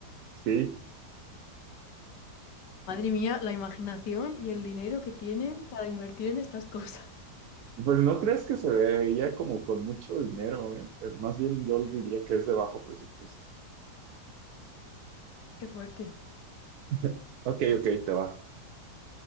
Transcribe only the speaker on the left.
Madre mía, la imaginación y el dinero que tienen para invertir en estas cosas. <laughs>
Qué fuerte.